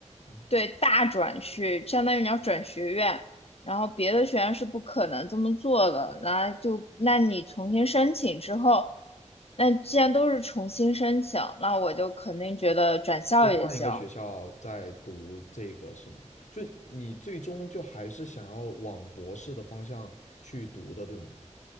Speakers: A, on the left; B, on the left.
A: 嗯。
B: 对大转学，相当于你要转学院，然后别的学院是不可能这么做的。然后就，那你重新申请之后，那既然都是重新申请，那我就肯定觉得转校也行。
A: 就换一个学校再读这个是吗？就你最终就还是想要往博士的方向去读的，对吗？